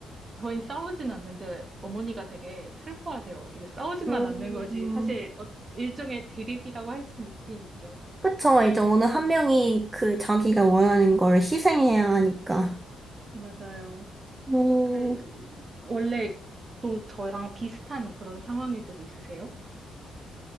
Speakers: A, on the right (about 35°); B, on the right (about 20°).
A: 저희 싸우진 않는데 어머니가 되게 슬퍼하세요. 이게 싸우지만
B: 음,
A: 않는 거지. 사실 어- 일종의 대립이라고 할 수는 있긴 있죠.
B: 그쵸. 이제 어느 한 명이 그 자기가 원하는 거를 희생해야 하니까.
A: 맞아요.
B: 음,
A: 그, 원래 또 저랑 비슷한 그런 상황일 때도 있으세요?